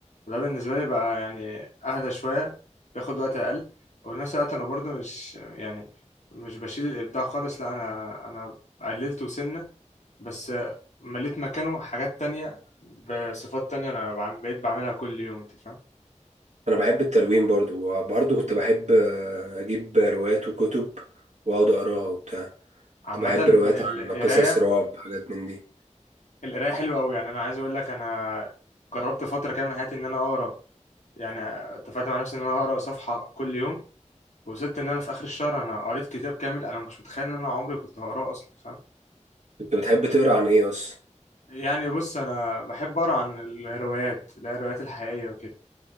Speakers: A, on the left; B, on the right.
A: وده بالنسبة لي بقى يعني أهدى شوية بياخد وقت أقل وفي نفس الوقت أنا برضو مش يعني مش بشيل الإبداع خالص لا أنا أنا قللته سنة بس مليت مكانه حاجات تانية بصفات تانية أنا بعم- بقيت بعملها كل يوم أنت فاهم
B: أنا بحب التلوين برضو وبرضو كنت بحب آه، أجيب روايات وكتب وأقعد أقراها وبتاع
A: عامة
B: كنت بحب
A: القراية
B: روايات عن قصص رعب حاجات من دي
A: القراية حلوة أوي يعني أنا عايز أقول لك أنا جربت فترة كاملة من حياتي إن أنا أقرأ يعني اتفقت مع نفسي إن أنا هقرأ صفحة كل يوم وصلت إن أنا في آخر الشهر أنا قريت كتاب كامل أنا مش متخيل إن أنا عمري كنت هقراه أصلا فاهم
B: أنت بتحب تقرا عن إيه أصلا
A: يعني بص انا بحب اقرا عن الهروايات الهروايات الحقيقيه وكده